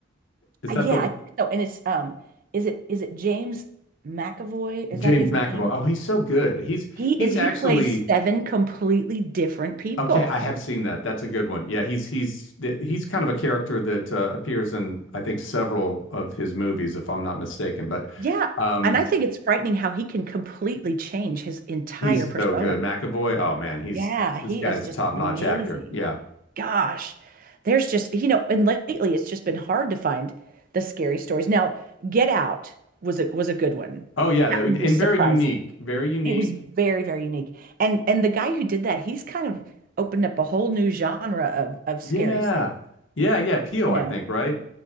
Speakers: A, on the left; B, on the right.
A: Is
B: uh,
A: that
B: yeah,
A: the
B: I think so. And it's um is it is it James McAvoy? Is
A: James
B: that his
A: McAvoy?
B: name?
A: Oh, he's so good. He's
B: He
A: he's
B: is he
A: actually
B: plays seven completely different people.
A: Okay, I have seen that. That's a good one. Yeah, he's he's th- he's kind of a character that uh, appears in I think several of his movies, if I'm not mistaken. But
B: Yeah.
A: um,
B: And I think it's frightening how he can completely change his entire
A: he's
B: persona.
A: so good. McAvoy. Oh man, he's
B: Yeah,
A: this
B: he
A: guy's
B: is just
A: a top-notch
B: amazing.
A: actor. Yeah.
B: Gosh, there's just, you know, and lately it's just been hard to find the scary stories. Now, Get Out was a was a good one.
A: Oh yeah,
B: That
A: that,
B: one
A: and
B: was
A: very
B: surprising.
A: unique. Very unique.
B: It was very, very unique. And and the guy who did that, he's kind of opened up a whole new genre of of
A: Yeah,
B: scary stuff,
A: yeah, yeah. Peel,
B: you
A: I
B: know.
A: think, right?